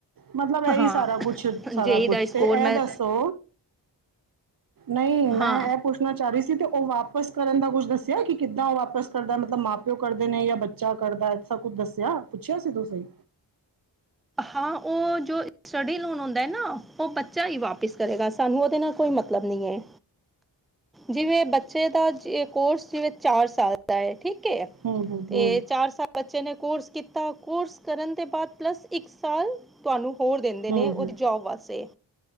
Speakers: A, on the right (about 50°); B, in the centre.
A: ਮਲਬ ਐਹ
B: ਹਾਂ
A: ਹੀ ਸਾਰਾ ਕੁਛ ਸਾਰਾ
B: ਜੇਈ
A: ਕੁਛ
B: ਦਾ ਸਕੋਰ
A: ਤੇ ਐਹ
B: ਮੈਂ
A: ਦੱਸ ਤੋ ਨਹੀਂ ਮੈਂ
B: ਹਾਂ
A: ਐਪ ਪੁੱਛਣਾ ਚਾਹ ਰਹੀ ਸੀ ਤੇ ਉਹ ਵਾਪਸ ਕਰਨ ਦਾ ਕੁੱਛ ਦੱਸਿਆ ਕਿ ਕਿੱਦਾਂ ਉਹ ਵਾਪਸ ਕਰਦਾ ਮਤਲਲਬ ਮਾਂ ਪਿਓ ਕਰਦੇ ਨੇ ਜਾਂ ਬੱ ਚਾ ਕਰਦਾ ਐ ਐਸਾ ਕੁਝ ਦੱਸਿਆ ਪੁੱਛਿਆ ਸੀ ਤੁਸੀਂ
B: ਹਾਂ, ਓਹ ਜੋ ਸਟੱਡੀ ਲੋਨ ਹੁੰਦੈ ਨਾ ਓਹ ਬੱਚਾ ਹੀ ਵਾਪਿਸ ਕਰੇਗਾ ਸਾਨੂੰ ਓਦੇ ਨਾਲ ਕੋਈ ਮਤ ਮਤਲਬ ਨੀ ਏ ਜਿਵੇਂ ਬੱਚੇ ਦਾ ਜੇ ਕੋਰਸ ਜਿਵੇਂ ਚਾਰ ਸਾਲ ਦਾ ਏ ਠੀਕ ਕੇਐ
A: ਹੂੰ ਹੂੰ
B: ਤੇ
A: ਹੂੰ
B: ਚਾਰ ਸਾਲ ਬੱਚੇ ਨੇ ਕੋਰਸ ਕੀਤਾ, ਕੋਰਸ ਕਰਨ ਦੇ ਬਾਦ ਪਲੱਸ ਇੱਕ ਸਾਲ ਤੁਹਾਨੂੰ ਹੋਰ ਦਿੰਦੇ
A: ਹੂੰ
B: ਨੇ ਔਦੀ
A: ਹੂੰ
B: ਜੋਬ ਵਾਸਤੇ